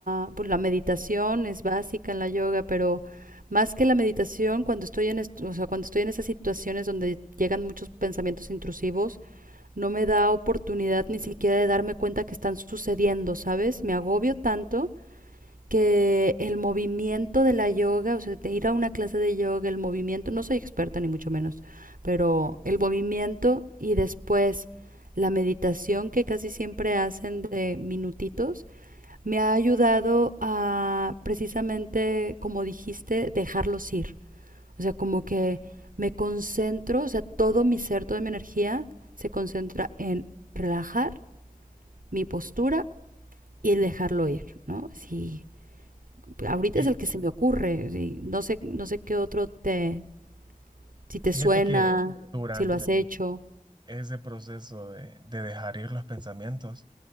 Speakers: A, on the right; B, on the right.
A: a pues, la meditación es básica en la yoga, pero más que la meditación, cuando estoy en, est- o sea, cuando estoy en esas situaciones donde llegan muchos pensamientos intrusivos, no me da oportunidad ni siquiera de darme cuenta que están sucediendo, ¿sabes? Me agobio tanto que el movimiento de la yoga, o sea, de ir a una clase de yoga, el movimiento, no soy experta ni mucho menos, pero el movimiento y después la meditación que casi siempre hacen de minutitos, me ha ayudado a precisamente, como dijiste, dejarlos ir. O sea, como que me concentro, o sea, todo mi ser, toda mi energía se concentra en relajar mi postura y el dejarlo ir, ¿no? Sí, ahorita
B: Y
A: es el que se me ocurre. sí. No sé, no sé qué otro te, si te
B: fíjate
A: suena,
B: que durante
A: si lo has hecho.
B: ese proceso de, de dejar ir los pensamientos,